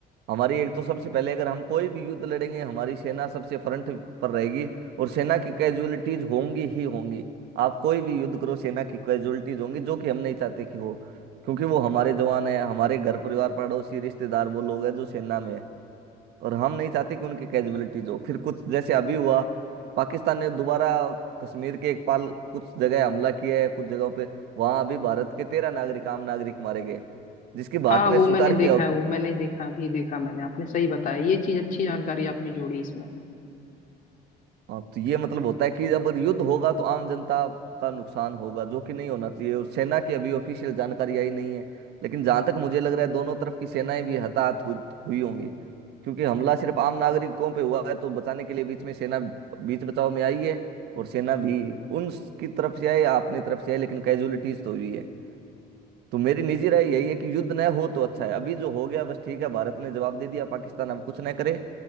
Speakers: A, on the right; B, on the left.
A: हमारी एक तो सबसे पहले अगर हम कोई भी युद्ध लड़ेंगे हमारी सेना सबसे फ्रंट पर रहेगी और सेना की कैजुअलिटीज होंगी ही होंगी आप कोई भी युद्ध करो सेना की कैजुअलिटीज होंगी जो कि हम नहीं चाहते कि हो क्योंकि वो हमारे जवान है हमारे घर परिवार पड़ोसी रिश्तेदार वो लोग हैं जो सेना में है और हम नहीं चाहते कि उनकी कैजुअलिटीज हो फिर कुछ जैसे अभी हुआ पाकिस्तान ने दोबारा कश्मीर के एक पाल कुछ जगह हमला किया है कुछ जगहों पे वहां अभी भारत के तेरह नागरिक आम नागरिक मारे गए जिसकी
B: हाँ
A: भारत ने
B: वो
A: स्वीकार
B: मैंने देखा
A: किया
B: है वो मैंने देखा अभी देखा मैंने आपने सही बताया ये चीज अच्छी जानकारी आपने जोड़ी इसमें
A: हाँ तो ये मतलब होता है कि जब युद्ध होगा तो आम जनता का नुकसान होगा जो कि नहीं होना चाहिए और सेना की अभी ऑफिशियल जानकारी आई नहीं है लेकिन जहां तक मुझे लग रहा है दोनों तरफ की सेनाएं भी हताहत हुई हुई होंगी क्योंकि हमला सिर्फ आम नागरिकों पे हुआ है तो बचाने के लिए बीच में सेना बीच बचाव में आई है और सेना भी उनकी तरफ से आई या अपनी तरफ से आई लेकिन कैजुअलिटीज तो हुई है तो मेरी निजी राय यही है कि युद्ध न हो तो अच्छा है अभी जो हो गया बस ठीक है भारत ने जवाब दे दिया पाकिस्तान अब कुछ न करे